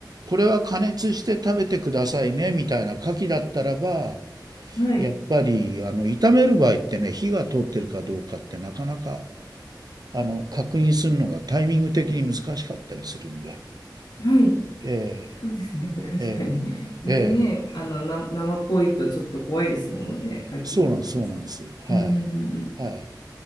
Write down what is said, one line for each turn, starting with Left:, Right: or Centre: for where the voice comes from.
Right: これは加熱して食べてくださいねみたいな牡蠣だったらば、
Left: はい。
Right: やっぱりあの炒める場合ってね、火が通ってるかどうかってなかなかあの確認するのがタイミング的に難しかったりするんで、
Left: はい。
Right: え
Left: そうですね。<laughs> 確かに。
Right: ーえーえー
Left: でね、あの、な、生っぽいとちょっと怖いですものね、牡蠣だと。
Right: そうなんです、そうなんです。は
Left: うんうんうんうん。
Right: い。はい。